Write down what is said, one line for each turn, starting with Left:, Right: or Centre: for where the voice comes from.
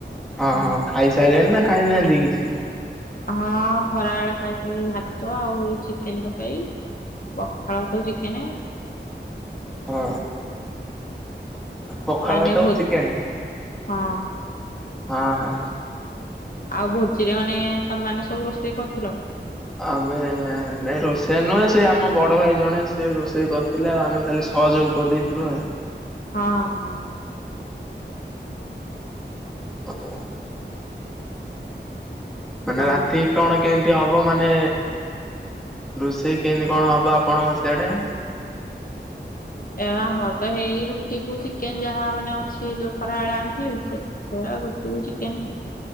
Centre: ହଁ
Left: ହୁଁ
Centre: -ହଁ ଖାଇ ସାଇଲେଣି ନା ଖାଇନାହାନ୍ତି କିଛି?
Left: ହଁ ଖରାବେଳେ ଖାଇଥିଲି ଭାତ ଆଉ ଚିକେନ୍ ତରକାରୀ। ପଖାଳ ଭାତକୁ ଚିକେନ୍।
Centre: ହଁ ପଖାଳ
Left: ମାନେ
Centre: ଭାତକୁ
Left: ଭୋ
Centre: ଚିକେନ୍।
Left: ହଁ।
Centre: ହଁ- ହଁ।
Left: ଆଉ ଭୋଜିରେ ମାନେ, ତମ ମାନେ ସବୁ ରୋଷେଇ କରୁଥିଲ?
Centre: ଆମେ ନାଇଁ ରୋଷେଇଆ ନୁହେଁ, ସେ ଆମ ବଡ ଭାଇ ଜଣେ ସେ ରୋଷେଇ କରିଥିଲେ, ଆଉ ଆମେ ଖାଲି ସହଯୋଗ କରିଦେଇଥିଲୁ ଆଉ।
Left: ହଁ- ହଁ।
Centre: ହଉ। ମାନେ
Left: ଆଉ
Centre: ରାତିକି କଣ କେମିତି ହବ ହବ, ମାନେ ରୋଷେଇ କେମିତି କଣ ହବ ଆପଣଙ୍କ ସିଆଡେ?
Left: ଏଇ ଆମର ତ ହେଇ ରୁଟି କୁ ଚିକେନ୍, ଯାହା ମାନେ ଅଛି ଯୋଉ ଖରାବେଳେ ଆଣିଥିଲୁ। ସେ ଆଉ ରୁଟିକୁ ଚିକେନ